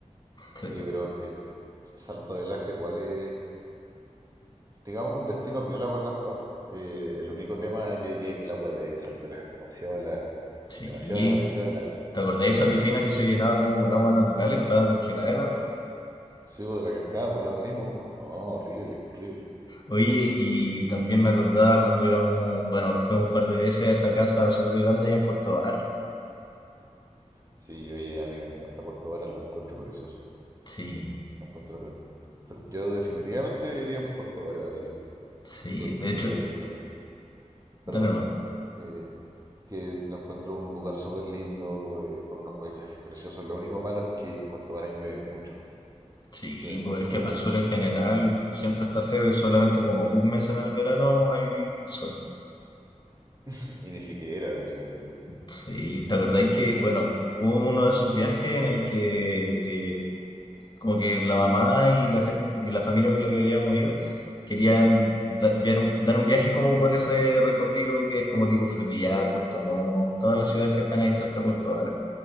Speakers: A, on the left; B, on the right.
A: Sí.
B: Oye, pero el, el Salto del Aje igual es, digamos, un destino piola para acampar. Eh, el único tema, yo diría que el agua de Salto del Aje es demasiado helada.
A: Sí.
B: Demasiado, demasiado de la,
A: ¿Te acordás de esa piscina que se llenaba como con agua natural? Estaba congelada el agua.
B: sí, pues, de la cascada por lo mismo. pues, No, horrible, horrible.
A: Oye, y también me acordaba cuando íbamos, bueno, fuimos un par de veces a esa casa súper grande allá en Puerto Vara.
B: Sí, oye, a mí me encanta Puerto Varas, lo encuentro precioso.
A: Sí.
B: Lo encuentro pre- pre- Yo definitivamente viviría en Puerto Varas, sí,
A: Sí,
B: porque,
A: de hecho,
B: lo-
A: dale
B: perdón,
A: no.
B: eh, que lo encuentro un lugar súper lindo, eh, con unos paisajes preciosos. Lo único malo es que en Puerto Varas llueve mucho,
A: Sí,
B: llueve mucho,
A: pues es
B: mucho,
A: que para el sur
B: mucho.
A: en general siempre está feo y solamente como un mes en el verano hay sol.
B: <laughs> Y ni siquiera, sí, yo creo.
A: Sí, ¿te acordáis que, bueno, hubo uno de esos viajes en el que eh, como que la mamá y la gente, y la familia con la que habíamos ido querían da- viar un- dar un viaje como por ese recorrido que es como tipo Frutillar, Puerto Montt, todas las ciudades que están ahí cerca de Puerto Varas.